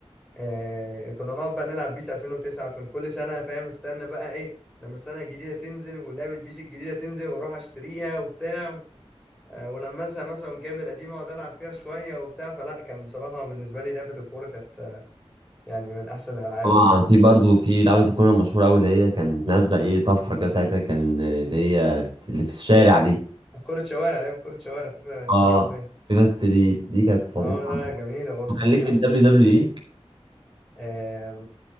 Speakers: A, in the centre; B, on the right (about 50°).
A: آه كنا نقعد بقى نلعب بيس 2009 كنت كل سنة فاهم استنى بقى ايه لما السنة الجديدة تنزل ولعبة بيس الجديدة تنزل واروح اشتريها وبتاع آه ولما مثلا مثلا جايب القديمة واقعد العب فيها شوية وبتاع فلا كان بصراحة بالنسبة لي لعبة الكورة كانت آه، يعني من احسن الالعاب
B: طبعا
A: يعني
B: في برضه في لعبه الكوره المشهوره قوي اللي هي كانت نازله ايه طفره كده ساعتها كان اللي هي اللي في الشارع دي
A: كرة شوارع لعبة كرة شوارع فيفا ستريت
B: اه
A: باين
B: فيفا ستريت دي كانت فظيعه
A: اه لا جميلة برضه فظيعة
B: كان ليك في الدبليو دبليو اي
A: آم،